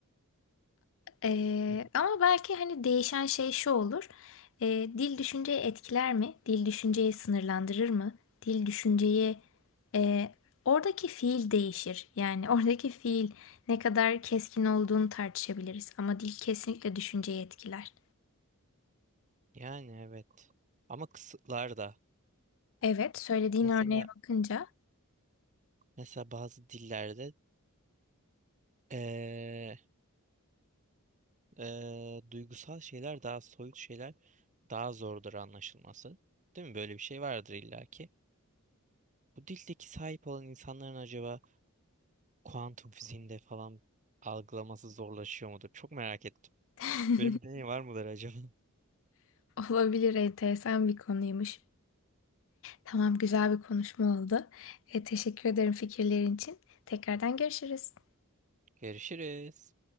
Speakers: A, on the left (about 60°); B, on the right (about 35°).
A: eee,
B: <laughs>
A: ama belki hani değişen şey şu olur. Eee, dil düşünceyi etkiler mi? Dil düşünceyi sınırlandırır mı? Dil düşünceyi eee, oradaki fiil değişir. Yani oradaki fiil ne kadar keskin olduğunu tartışabiliriz ama dil kesinlikle düşünceyi etkiler.
B: Yani evet. Ama kısıtlar da.
A: Evet, söylediğin
B: Mesela
A: örneğe bakınca
B: mesela bazı dillerde Ee, ee, duygusal şeyler daha soyut şeyler daha zordur anlaşılması. Değil mi? Böyle bir şey vardır illaki. Bu dildeki sahip olan insanların acaba kuantum fiziğinde falan algılaması zorlaşıyor mudur? Çok merak ettim.
A: <laughs>
B: Böyle bir deney var mıdır acaba?
A: olabilir enteresan bir konuymuş. Tamam, güzel bir konuşma oldu. E, teşekkür ederim fikirlerin için. Tekrardan görüşürüz.
B: <laughs> Görüşürüz.